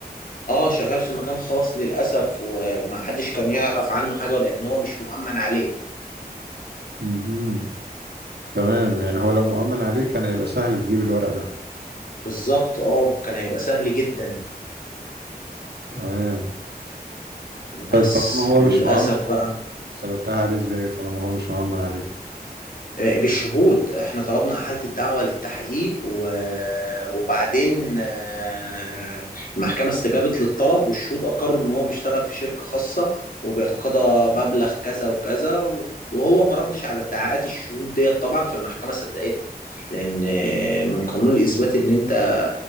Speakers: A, on the left; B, on the right.
A: اه شغال في مكان خاص للأسف وما حدش كان يعرف عنه حاجة لأن هو مش مؤمن عليه
B: مهم. تمام يعني هو لو مؤمن عليه كان هيبقى سهل تجيب الورق ده
A: بالظبط اه كان هيبقى سهل جدا
B: تمام
A: بس
B: طيب طالما هو
A: للأسف
B: مش مؤمن عليه
A: بقى
B: ثبتها عليه ازاي طالما هو مش مؤمن عليه
A: آه، بالشهود احنا طلبنا احاله الدعوه للتحقيق و- وبعدين آه، المحكمه استجابت للطلب والشهود اقروا ان هو بيشتغل في شركه خاصه وبيتقاضى مبلغ كذا وكذا و- وهو ما ردش على ادعاءات الشهود ديت طبعا فالمحكمه صدقتها لان آه، من قانون الاثبات ان انت